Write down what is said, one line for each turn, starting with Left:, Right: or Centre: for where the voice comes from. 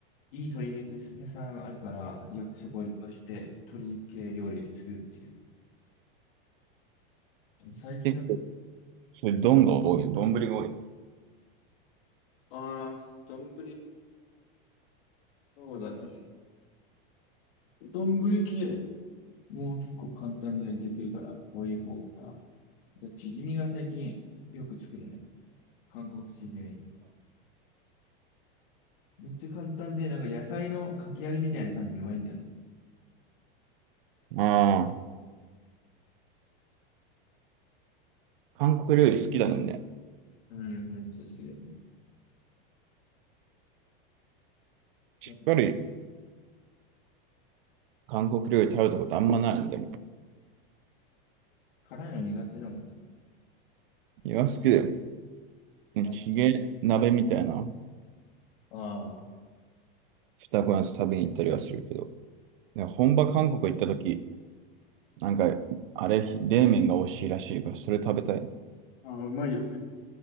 Left: いい鶏肉屋さんあるから、よくそこを利用して鶏肉系料理作るっていう。最近の、
Right: 結構、そういう丼が多いの。丼が多いの。
Left: ああ、丼、そうだね。丼系、もう結構簡単にできるから、こういう方かな。じゃあ、チヂミが最近よく作るね。韓国チヂミ。めっちゃ簡単で、なんか野菜のかき揚げみたいな感じでうまいんだよね。
Right: ああー、韓国料理好きだもんね。
Left: うん、めっちゃ好きだよね。
Right: しっかり
Left: なんか
Right: 韓国料理食べたことあんまないのでも。
Left: 辛いの苦手なんだね。
Right: いや、好きだよ。ねチゲ鍋みたいな
Left: ああー。
Right: 二子のやつ食べに行ったりはするけど。いや本場韓国行った時、なんか、あれ、冷麺が美味しいらしいから、それ食べたい。
Left: あー、うまいよ。